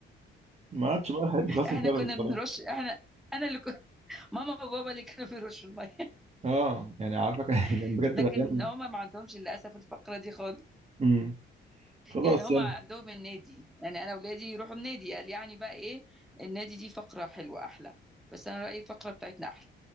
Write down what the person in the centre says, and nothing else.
احنا
كنا
بنرش احنا انا اللي كنت ماما وبابا اللي كانوا بيرشوا الميه
<laughs>
لكن
هما ما عندهمش للاسف الفقره دي خالص
يعني هما
عندهم النادي يعني انا اولادي يروحوا النادي قال يعني بقى ايه النادي دي فقره حلوه احلى بس انا رايي الفقره بتاعتنا احلى